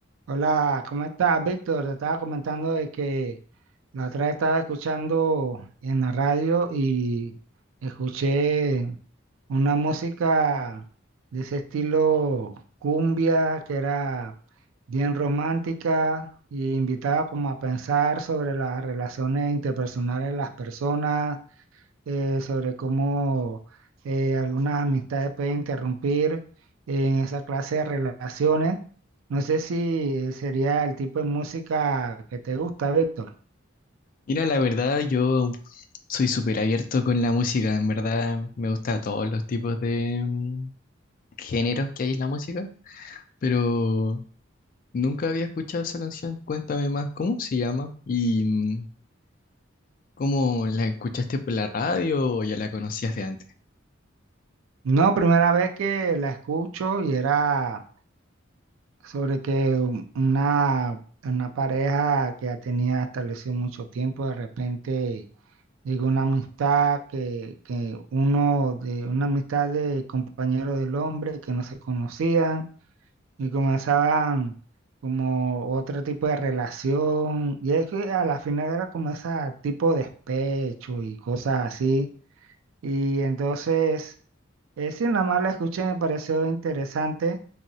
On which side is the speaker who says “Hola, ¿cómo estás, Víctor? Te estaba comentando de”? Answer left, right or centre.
Right